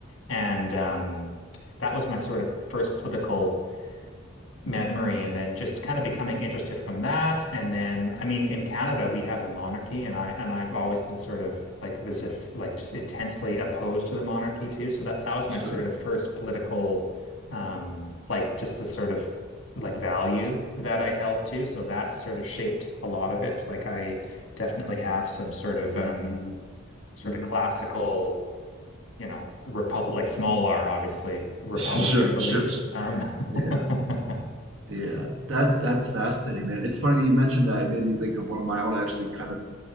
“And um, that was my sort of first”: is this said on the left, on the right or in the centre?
Left